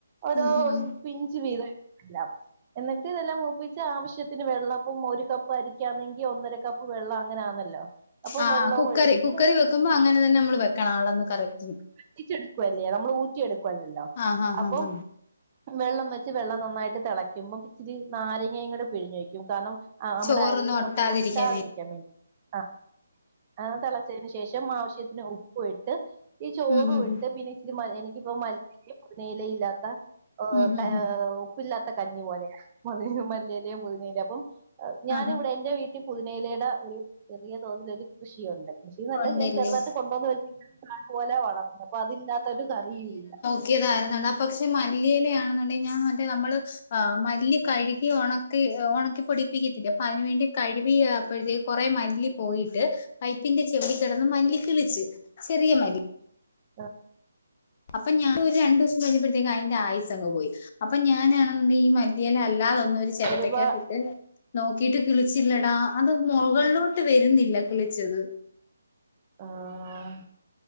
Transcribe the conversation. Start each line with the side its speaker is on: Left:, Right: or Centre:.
Right: ഓരോ
Left: ഉം ഉം
Right: പിഞ്ച് വീതം ല്ലാം എന്നിട്ട് ഇതെല്ലാം മൂപ്പിച്ച് ആവശ്യത്തിന് വെള്ളം ഇപ്പം ഒരു കപ്പ് അരിക്കാന്നെങ്കി ഒന്നര കപ്പ് കപ്പ് വെള്ളം അങ്ങനാന്നല്ലോ അപ്പം
Left: ആഹ്
Right: വെള്ളവും
Left: കുക്കറീ
Right: ഒഴിച്ച്
Left: കുക്കറീ വെക്കുമ്പോ അങ്ങനെ തന്നെ നമ്മള് വെക്കണം അളന്ന് കറക്റ്റിന്
Right: വറ്റിച്ചെടുക്കുവല്ലേ നമ്മള് ഊറ്റിയെടുക്കുവല്ലല്ലോ
Left: ആ ആ
Right: അപ്പം
Left: ആ ആ
Right: വെള്ളം വെച്ച് വെള്ളം നന്നായിട്ട് തെളക്കുമ്പം ഇച്ചിരി നാരങ്ങയും കൂടെ പിഴിഞ്ഞൊഴിക്കും കാരണം ആഹ് നമ്മടെ
Left: ചോറൊന്നും
Right: അരികള്
Left: ഒട്ടാതിരിക്കാൻ
Right: തമ്മി ഒട്ടാതിരി
Left: വേ
Right: ക്കാൻ വേണ്ടി ആഹ് അത് തെളച്ചേന് ശേഷം ആവശ്യത്തിന് ഉപ്പു ഇട്ട് ഈ ചോറുവിട്ട്
Left: ഉം ഉം
Right: പിന്നെ ഇച്ചിരി മ എനിക്കിപ്പോ മല്ലി <unintelligible> പൊതിന എലയില്ലാത്ത ഓ
Left: ഉം ഉം
Right: ക
Left: ഉം ഉം
Right: ആഹ് ഉപ്പില്ലാത്ത കഞ്ഞി പോലെയാ മല്ലി എലയും പൊതിന എലയും അപ്പം ഏഹ് ഞാനിവിടെ
Left: ആ
Right: എന്റെ വീട്ടീ പുതിനയെലേടെ ഒരു ചെറിയ തോതിലൊരു കൃഷിയൊണ്ട് കൃഷീന്നല്ല
Left: ആ ഉണ്ടല്ലേ
Right: ഞാൻ ചെറ്തായിട്ട് കൊണ്ടൊന്ന് വെച് നല്ല പോലെ വളർന്ന് അപ്പൊ അതില്ലാത്തൊരു കറിയുവില്ല
Left: മുക്കിയെതായിര്ന്നെടാ പക്ഷേ മല്ലിയെലയാണെന്ന്ണ്ടെങ്കി ഞാൻ <unintelligible> നമ്മള് ആ മല്ലി കഴ്കി ഒണക്കി ഒണക്കിപ്പൊടി പ്പിക്കത്തില്ലേ അപ്പയ്ന് വേണ്ടി കഴുവിയപ്പഴ്ത്തേക്ക് കൊറേ മല്ലി പോയിട്ട് പ്പിന്റെ ചെമ്പീ കെടന്ന് മല്ലികിളിച്ച് ചെറിയ മല്ലി
Right: ആഹ്
Left: അപ്പൊ ഞാൻ ഒരു രണ്ടുദിവ്സം കഴിഞ്ഞപ്പഴ്ത്തേക്ക് അയ്ന്റെ ആയുസങ്ങ് പോയി അപ്പൊ ഞാനാണെന്ന് ണ്ടെങ്കി ഈ മര് തിയേലല്ലാതൊന്നൊര് ചെരട്ടക്കാത്തിട്ട്
Right: ഒരുപാ
Left: നോക്കീട്ട് കിളിച്ചില്ലെടാ അത് മൊകള്ലോട്ട് വെര്ന്നില്ല കിളിച്ചത്
Right: ആഹ്